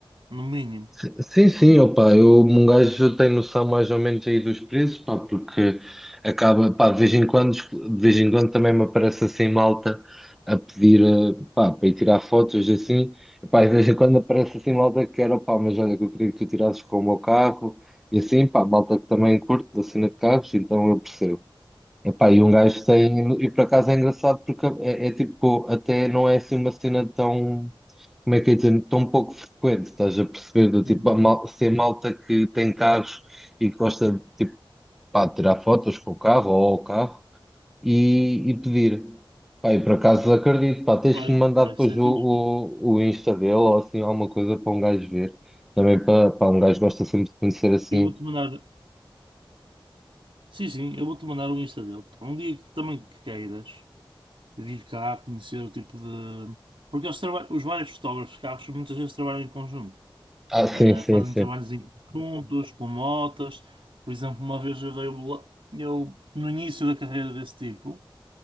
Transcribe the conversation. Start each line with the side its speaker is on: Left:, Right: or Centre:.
Right: no mínimo.
Centre: Si- Sim, sim, opa, eu, um gajo tem noção mais ou menos aí dos preços, pá, porque acaba, pá, de vez em quando, de vez em quando também me aparece assim malta a pedir, eh, pá, para ir tirar fotos assim, pá, e de vez em quando aparece assim malta que era, pá, mas olha, que eu queria que tu tirasses com o meu carro, e assim, pá, malta que também curte da cena de carros, então eu percebo. Epá, e um gajo tem. E por acaso é engraçado porque é, é tipo, até não é assim uma cena tão. Como é que é dizer? Tão pouco frequente, estás a perceber? Do
Right: Uhum.
Centre: tipo, a mal, se é malta que tem carros e que gosta de tipo, pá, de tirar fotos com o carro ou ao carro e, e pedir. Pá, e por acaso acredito, pá, tens
Right: Olha,
Centre: que me mandar
Right: pá,
Centre: depois
Right: isso é
Centre: o,
Right: fixe.
Centre: o, o Insta dele ou assim alguma coisa para um gajo ver. Também para, pá, um gajo gosta sempre de conhecer assim.
Right: Eu vou-te mandar. Sim, sim, eu vou-te mandar o Insta dele. Um dia que também que queiras vir cá conhecer o tipo de. Porque eles traba- os vários fotógrafos de carros muitas vezes trabalham em conjunto.
Centre: Ah, sim,
Right: Ah,
Centre: sim,
Right: fazem
Centre: sim.
Right: trabalhos em conjuntos, com motas. Por exemplo, uma vez eu dei. o- Eu, no início da carreira desse tipo,